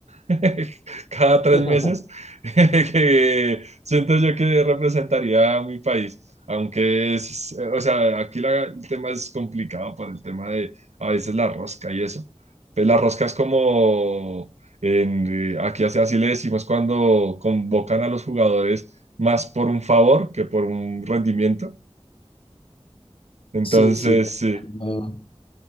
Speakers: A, on the right; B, on the left.
A: <laughs> cada tres
B: <laughs>
A: meses, <laughs> que siento yo que representaría a mi país. Aunque es, o sea, aquí la- el tema es complicado por el tema de a veces la rosca y eso. Pues la rosca es como, en, eh, aquí así, así le decimos cuando convocan a los jugadores más por un favor que por un rendimiento. Entonces,
B: Sí, sí. te
A: sí,
B: entiendo.